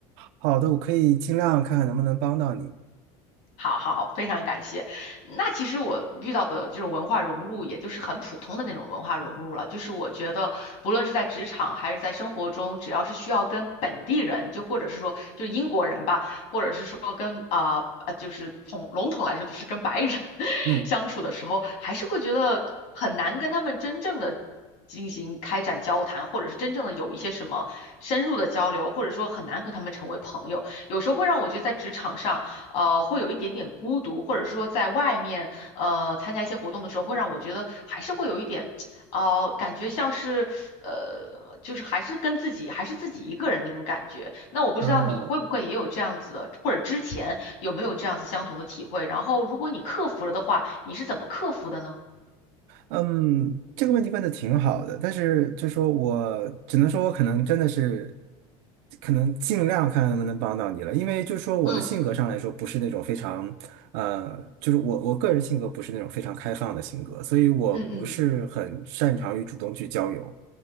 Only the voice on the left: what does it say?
好好好，非常感谢。那其实我遇到的这种文化融入，也就是很普通的那种文化融入了。就是我觉得，不论是在职场还是在生活中，只要是需要跟本地人，就或者是说就是英国人吧，者是说跟啊啊、就是统笼统来说，就是跟白人 <laughs>
相处的时候，还是会觉得很难跟他们真正的进行开展交谈，或者是真正的有一些什么深入的交流，或者说很难和他们成为朋友。有时候会让我觉得在职场上，呃，会有一点点孤独，或者是说在外面呃参加一些活动的时候，会让我觉得还是会有一点。哦，感觉像是，呃，就是还是跟自己，还是自己一个人那种感觉。那我不知道你会不会也有这样子的，
或者之前有没有这样子相同的体会？然后，如果你克服了的话，你是怎么克服的呢？
嗯
嗯嗯